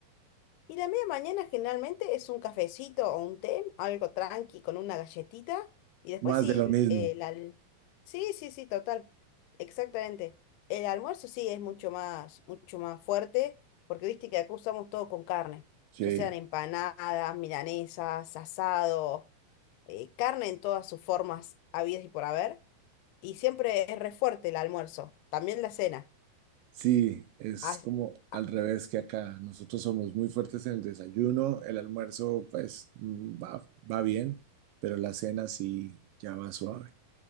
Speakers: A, on the left; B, on the right.
A: Y la media mañana generalmente es un cafecito o un té, algo tranqui con una galletita. Y después
B: Más
A: sí,
B: de lo mismo.
A: eh, la... al- Sí, sí, sí, total. Exactamente. El almuerzo sí es mucho más, mucho más fuerte, porque viste que acá usamos todo con carne,
B: Sí.
A: ya sean empanadas, milanesas, asado, eh, carne en todas sus formas habidas y por haber. Y siempre es re fuerte el almuerzo, también la cena.
B: Sí, es
A: Ah,
B: como al
A: ah,
B: revés que acá. Nosotros somos muy fuertes en el desayuno, el almuerzo pues mm, va, va bien, pero la cena sí ya va suave.